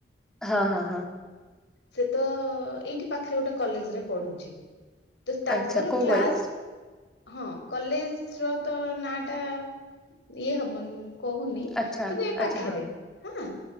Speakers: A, in the centre; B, on the left.
A: ହଁ ହଁ ହଁ।
B: ସେ ତ ଏଇଠି ପାଖରେ ଗୋଟେ କଲେଜ ରେ ପଢୁଛି। ତ ତାଙ୍କର
A: ଆଚ୍ଛା କୋଉ
B: କ୍ଲାସ୍
A: କଲେଜ
B: ହଁ କଲେଜ ର ତ ନାଁ ଟା ଇଏ ହବନି କହୁନି।
A: ଆଚ୍ଛା।
B: କିନ୍ତୁ ଏ ପାଖରେ।
A: ଆଚ୍ଛା ହଁ
B: ହଁ